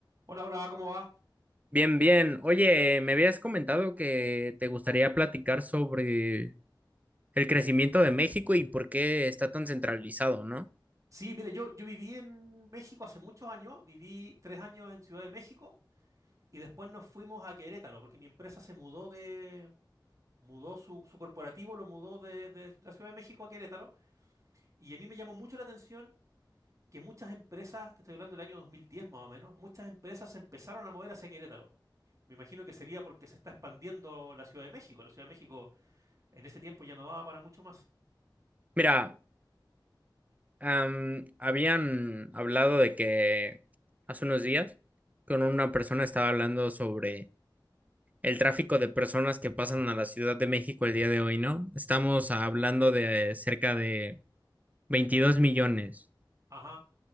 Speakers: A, on the right; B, on the right.
A: Hola, hola, ¿cómo va?
B: Bien, bien. Oye, eh, me habías comentado que te gustaría platicar sobre el crecimiento de México y por qué está tan centralizado, ¿no?
A: Sí, mire, yo, yo viví en México hace muchos años, viví tres años en Ciudad de México y después nos fuimos a Querétaro porque mi empresa se mudó de, mudó su, su corporativo, lo mudó de, de la Ciudad de México a Querétaro y a mí me llamó mucho la atención que muchas empresas, te estoy hablando del año 2010 más o menos, muchas empresas se empezaron a mover hacia Querétaro. Me imagino que sería porque se está expandiendo la Ciudad de México. La Ciudad de México en ese tiempo ya no daba para mucho más.
B: Mira, am, habían hablado de que hace unos días con una persona estaba hablando sobre el tráfico de personas que pasan a la Ciudad de México el día de hoy, ¿no? Estamos hablando de cerca de 22 millones
A: Ajá.